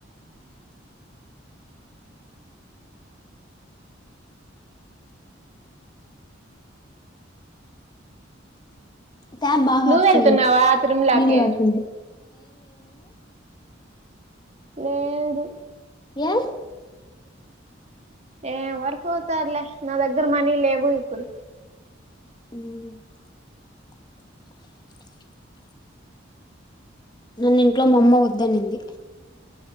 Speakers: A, on the left (about 20°); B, on the right (about 35°).
A: టాప్ బాగా
B: నువ్వు
A: ఆఫ్
B: వెళ్తున్నావా
A: చెయ
B: తిరుమలకి
A: నీలు కారుతుంది
B: లేదు
A: ఏ
B: ఏ ఎవ్వరు పోతారు లే నా దగ్గర మనీ లేవు ఇప్పుడు
A: ఉమ్ నన్న్ ఇంట్లో మా అమ్మ వద్దనింది